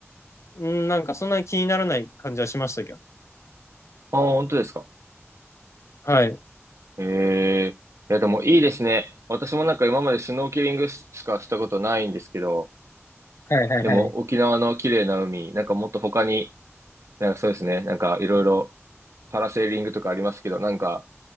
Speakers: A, on the left; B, on the right.
A: うん、なんかそんなに気にならない感じはしましたけど。
B: ああ、本当ですか。
A: はい。
B: ええいや、でもいいですね。私もなんか今までシュノーケリングししかしたことないんですけど、
A: はいはいはい。
B: でも沖縄の綺麗な海、なんかもっと他に、なんかそうですね、なんかいろいろパラセーリングとかありますけど、なんか